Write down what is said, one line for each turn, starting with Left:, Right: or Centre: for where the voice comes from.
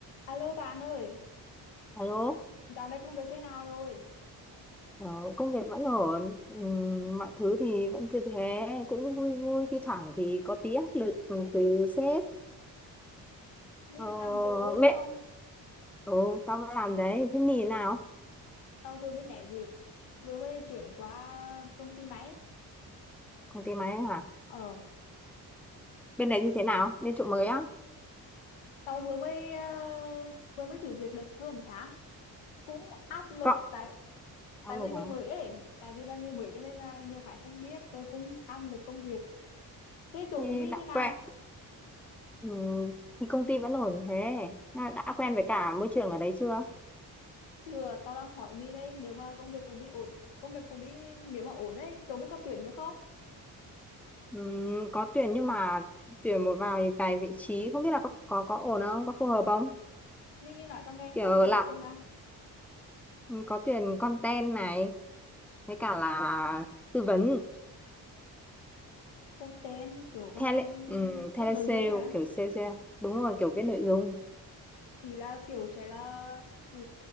Left: Alo bạn ơi,
Centre: Alo,
Left: dạo này công việc thế nào rồi?
Centre: ờ, công việc vẫn ổn, Ừm, mọi thứ thì vẫn cứ thế, cũng vui vui, thi thoảng thì có tí áp lực từ sếp.
Left: My
Centre: Ờ,
Left: vẫn làm chỗ cũ đúng
Centre: mẹ,
Left: không?
Centre: ừ, tao vẫn làm đấy, thế mì nào?
Left: Tao vừa mới nhảy việc, vừa mới chuyển qua công ty máy.
Centre: Công ty máy hả?
Left: Ờ,
Centre: Bên đấy như thế nào? Bên chỗ mới á?
Left: tao vừa mới ờ, vừa mới thử việc được hơn tháng. Cũng áp lực
Centre: Cọ,
Left: tại
Centre: tao
Left: tại
Centre: được
Left: vì người
Centre: hả?
Left: mới ấy, tại vì là người mới cho nên là nhiều cái không biết rồi cũng áp lực công việc. Thế chỗ
Centre: Thế
Left: của My
Centre: đã
Left: thế nào?
Centre: quen, Ừm, thì công ty vẫn ổn thế, À, đã quen với cả môi trường ở đấy chưa?
Left: Chưa, tao đang hỏi Mi đây, nếu mà công việc của Mi ổn, công việc của Mi nếu mà ổn ấy, chỗ My có tuyển nữa không?
Centre: Ừm, có tuyển nhưng mà tuyển một vài vài vị trí, không biết là có, có, có ổn không, có phù hợp không?
Left: Mi Mi nói tao nghe
Centre: Kiểu
Left: coi phù
Centre: làm
Left: hợp không nào?
Centre: Ừ, có tuyển content này với cả là tư vấn
Left: content kiểu content
Centre: tele um, tele
Left: viết nội
Centre: sale
Left: dung ấy hả
Centre: kiểu sale sale đúng rồi kiểu viết nội dung
Left: thì là kiểu sẽ là ừ,